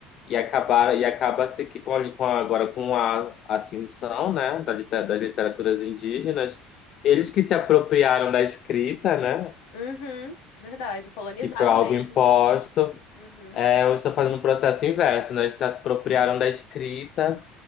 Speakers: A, on the left; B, on the left.
A: e acabaram e acaba-se que com, a- com a- agora com a ascensão, né, da lite- das literaturas indígenas, eles que se apropriaram da escrita, né,
B: Uhum. Verdade, colonizaram
A: que foi algo
B: mesmo,
A: imposto,
B: né? Uhum.
A: é, eu estou fazendo um processo inverso, né, eles se apropriaram
B: sim.
A: da escrita